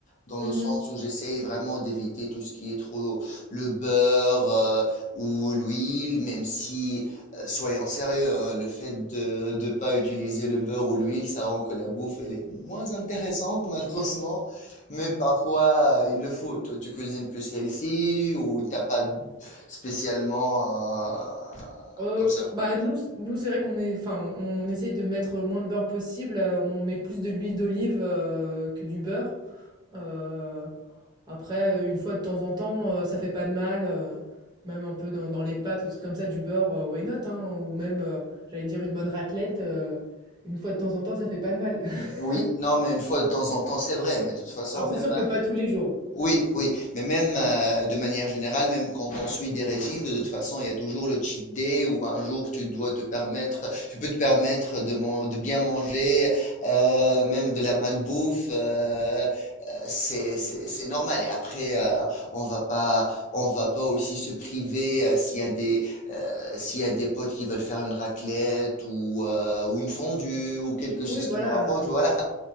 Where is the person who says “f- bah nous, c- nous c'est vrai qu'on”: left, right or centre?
Right